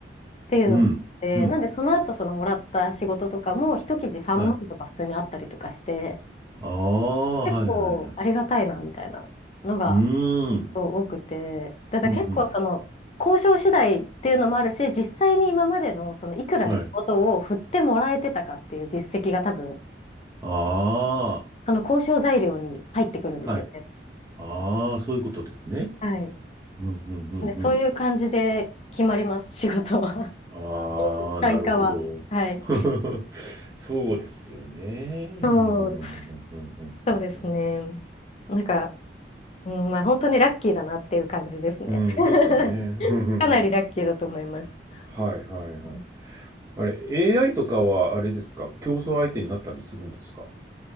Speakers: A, on the left; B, on the right.
A: っていうのがあって、
B: うん。うん。
A: なんでその後そのもらった仕事とかも、一記事3万とか普通にあったりとかして、
B: はい。ああ、
A: 結構ありがたいなみたいなのが
B: はい、はい、はい。うーん。
A: そう多くて、だから結構その、
B: うん、うん。
A: 交渉次第っていうのもあるし、実際に今までのそのいくらで仕事を振ってもらえてたかっていう実績が多分
B: はい。ああ、
A: あの、交渉材料に入ってくるんですよね。
B: はい。ああ、そういうことですね。
A: はい。
B: うん、うん、うん、
A: で、
B: うん。
A: そういう感じで決まります、<laughs> 仕事は。<laughs>
B: ああ、
A: 単価は。
B: なるほど。
A: はい。
B: <laughs> そうですよね。
A: そうん、
B: うん、うん、うん、うん、
A: そうですね。
B: うん。
A: なんか、うん、まあ、本当にラッキーだなっていう感じですね。
B: うん、
A: <laughs>
B: ですよね。<laughs>
A: かなりラッキーだと思います。
B: はいはいはい。
A: うん
B: あれ、AI とかはあれですか競争相手になったりするんですか